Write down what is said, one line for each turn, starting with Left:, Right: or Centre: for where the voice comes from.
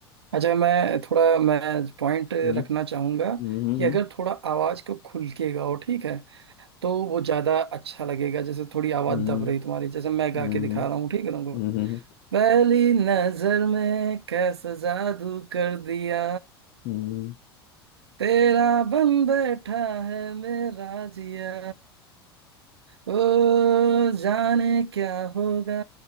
Right: अच्छा मैं थोड़ा मैं पॉइंट
Left: हम्म
Right: रखना चाहूंगा
Left: हम्म हम्म
Right: कि अगर थोड़ा आवाज को खुल के गाओ ठीक है तो वो ज्यादा अच्छा लगेगा जैसे थोड़ी
Left: हम्म
Right: आवाज दब रही तुम्हारी जैसे मैं
Left: हम्म
Right: गा के दिखा रहा हूँ ठीक है तुमको
Left: हम्म
Right: पहली नजर में कैसा जादू कर दिया
Left: हम्म
Right: तेरा बन बैठा है मेरा जिया ओ जाने क्या होगा